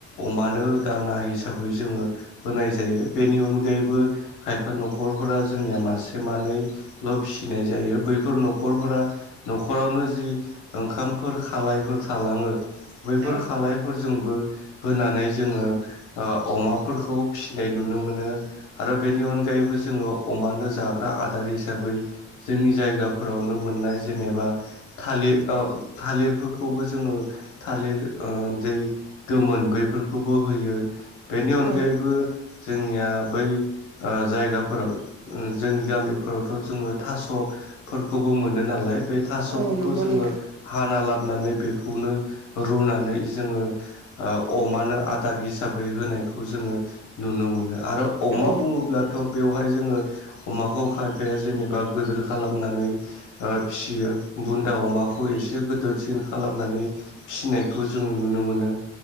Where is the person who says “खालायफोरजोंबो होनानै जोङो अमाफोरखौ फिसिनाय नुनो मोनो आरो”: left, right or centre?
Left